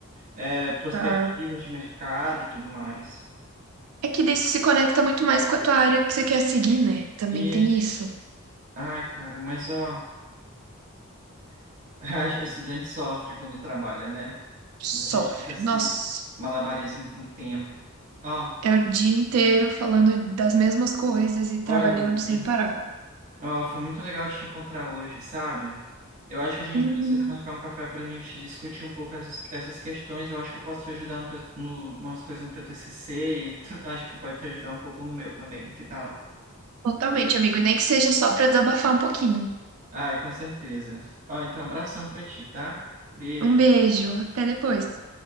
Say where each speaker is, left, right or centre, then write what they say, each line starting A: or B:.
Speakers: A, on the right; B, on the right.
A: É, perspectivas
B: tá.
A: de mercado e tudo mais.
B: É que daí isso se conecta muito mais com a tua área que você quer seguir, né? Também
A: Isso.
B: tem isso.
A: Ai, cara, mas ó, <laughs> a gente- estudante sofre quando trabalha, né?
B: Sofre.
A: A gente fica se
B: Nossa,
A: malabarismo com o tempo. Ó,
B: é o dia inteiro falando das mesmas coisas e trabalhando
A: olha, amiga,
B: sem parar.
A: ó, foi muito legal te encontrar hoje, sabe? Eu acho que a gente
B: Uhum,
A: precisa marcar um café para a gente discutir um pouco essas, essas questões. Eu acho que eu posso te ajudar no teu, no, umas coisas no teu TCC e tu- <laughs> acho que tu pode te ajudar um pouco no meu também. Que tal?
B: Totalmente, amigo. E Nem que seja só para desabafar um pouquinho.
A: Ai, com certeza. Ó, então, abração para ti, tá? Beijo.
B: Um beijo, até depois.